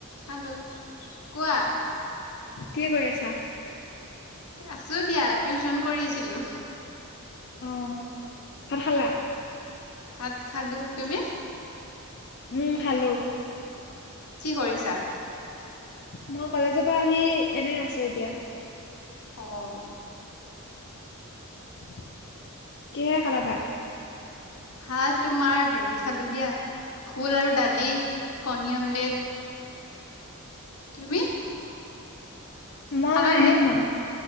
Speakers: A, on the left; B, on the left.
A: হেল্ল', কোৱা।
B: কি কৰি আছা।
A: আছো দিয়া, টিউচন কৰি আছিলো।
B: অ', ভাত খালা?।
A: ভাত খালো। তুমি?
B: উম', খালো।
A: কি কৰিছা?
B: মই কলেজপা আহি, এনে আছো এতিয়া।
A: অহ'।
B: <inaudible> কিহেৰে খালা ভাত?
A: ভাত তোমাৰ, হেৰি খালো দিয়া। ফুল আৰু ডালি, কণী আমলেট। তুমি?
B: মই
A: খালানে নাই
B: এই মাংস,